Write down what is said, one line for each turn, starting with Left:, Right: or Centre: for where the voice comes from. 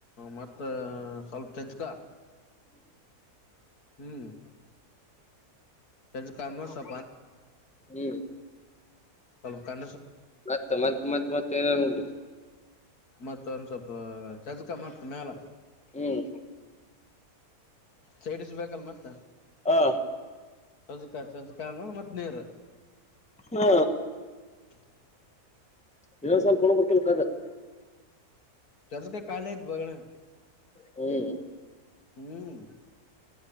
Left: ಮತ್ತ ಸ್ವಲ್ಪ ಚಚ್ಕ ಹ್ಮ್ದು ಚಚ್ಚ್ ಸ್ ಅ
Centre: ಹ್ಮ್
Left: ಸ್ವಲ್ಪ ಕ
Centre: ಮತ್ತ ಮತ್ತ್ ಮತ್ ಮತ್ತೆ ಏನೇ ಉ
Left: ಮತ್ತ ಒಂದ್ ಸ್ವಲ್ಪ ಚಜಕಾ ಮತ್ತ್ ಮ್ಯಾಲ
Centre: ಹ್ಮ್
Left: ಸಡಿಸಬೇಕಲ್ ಮತ್ತ
Centre: ಹಾ
Left: ಸೊಜುಕಾ ಸಜುಕ ಮತ್ತ್ ನೀರು
Centre: ಹಾ
Left: ಸಗತರ
Centre: ನೀವಸಲ್ ಕಣ ಗತ್ತಲ್ ಕದು
Left: ಚದು ಕ ಕಾಲಯತ್ ಬಗ್ಣ
Centre: ಹ್ಮ್
Left: ಹ್ಮ್